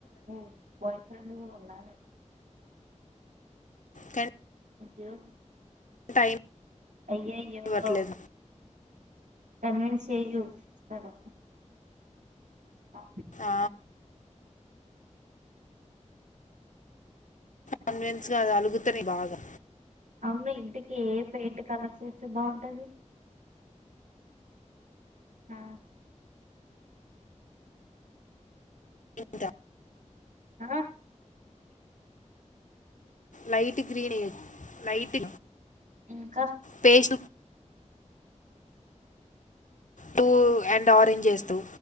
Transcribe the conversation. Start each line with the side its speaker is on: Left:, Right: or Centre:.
Right: oh boyfriend కూడా ఉన్నా
Left: కానీ
Right: యూ
Left: టైం
Right: అయ్యాయో
Left: ఇవ్వట్లేదు
Right: కన్వీన్ చెయ్యూ ఆ ఆ
Left: ఆ కన్విన్స్ గా అది అలుగుతుంది బాగా
Right: అవునా ఇంటికి ఏ పెయింట్ కలర్స్సి బాగుంటంది ఆ
Left: ఇంద
Right: ఆ
Left: లైట్ గ్రీన్ లైట్
Right: ఇంకా
Left: పేష పూ అండ్ ఆరెంజ్ చేస్తూ